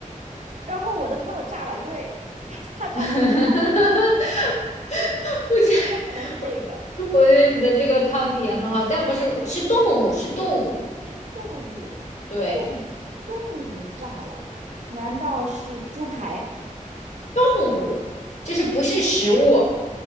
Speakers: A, on the right (about 60°); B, on the left (about 55°).
A: 然后我的朋友炸了，因为他他炸成了泡米。
B: <laughs> 我觉
A: 有没有可能是这个？
B: 我我觉得你的这个汤底也很好，但不是是动物，是动物，
A: 是动物，
B: 对，
A: 动物，动物炸了？难道是猪排？
B: 动物就是不是食物。